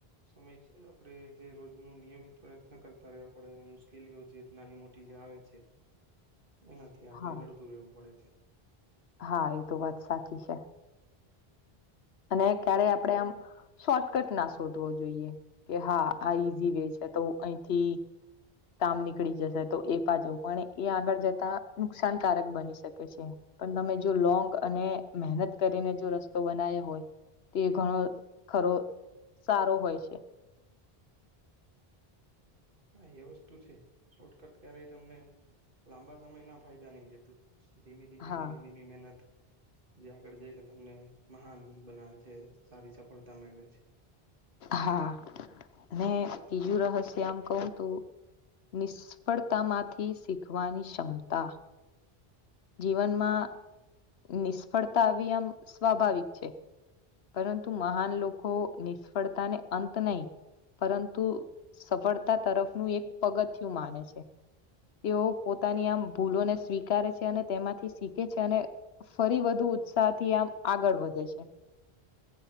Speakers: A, on the right; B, on the left.
A: સમય આપણેે જે રોજ ન નિયમિત પ્રયત્ન કરતા રહ આપણે મુશ્કેલીઓ જે નાની મોટી જે આવે છે એ નથી આપડે
B: હા
A: લડતું રહેવું પડે છે
B: હા એ તો વાત સાચી છે અને ક્યારે આપડે આમ શોર્ટકટ ના શોધવો જોઈએ કે હા આ ઈઝી વે છે તો અહીંથી કામ નીકળી જશે તો એ પાછુ પણ એ આગળ જતા નુકસાનકારક બની શકે છે પણ તમે જો લોંગ અને મહેનત કરીને જો રસ્તો બનાવ હોય તે ઘણો ખરો સારો હોય છે <unintelligible>
A: હા એ વસ્તુ છે શોર્ટકટ ક્યારેય તમને લાંબા સમય ના ફાયદા નહી દેતું ધીમી ધીમી
B: હા
A: ધીમી ધીમી મહેનત જે આગળ જઈને તમને મહાન બનાવે છે સારી સફળતા મેળવે છે
B: હા અને બ્રીજું રહસ્ય આમ કહું તું નિષ્ફળતામાંથી શીખવાની ક્ષમતા જીવનમાં નિષ્ફળતા આવી આમ સ્વાભાવિક છે પરંતુ મહાન લોકો નિષ્ફળતાને અંત નહી પરંતુ સફળતા તરફનું એક પગથયું માને છે તેઓ પોતાની આમ ભૂલોને સ્વીકારે છે અને તેમાંથી શીખે છે અને ફરી વધુ ઉત્સાહ થી આમ આગળ વધે છે